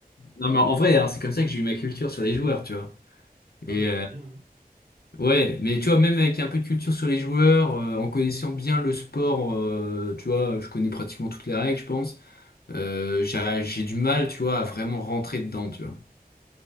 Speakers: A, on the left; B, on the right.
A: Non, mais en vrai, hein, c'est comme ça que j'ai eu ma culture sur les joueurs, tu vois.
B: Ah
A: Et,
B: oui, c'est
A: euh,
B: bien. hein.
A: Ouais, mais tu vois, même avec un peu de culture sur les joueurs, euh, en connaissant bien le sport, euh, tu vois, je connais pratiquement toutes les règles, je pense. Euh, j'ai, j'ai du mal, tu vois, à vraiment rentrer dedans, tu vois.